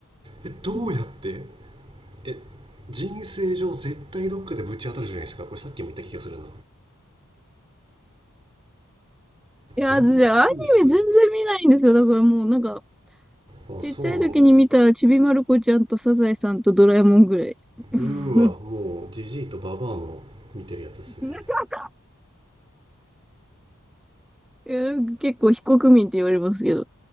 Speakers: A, on the right (about 25°); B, in the centre.
A: え、どうやって
B: うん
A: え、人生上絶対どっかでぶち当たるじゃないですか。これさっきも言った気がするな。
B: いや、
A: ワンピース。
B: 私、アニメ全然見ないんですよ。だからもう、なんか、
A: あ、
B: ちっちゃい時に見たちびまる子ちゃんとサザエさんとドラえもんぐらい。
A: そうなんだ。
B: <laughs>
A: うーはもうジジイとババアの見てるやつですね
B: いや、結構非国民って言われますけど。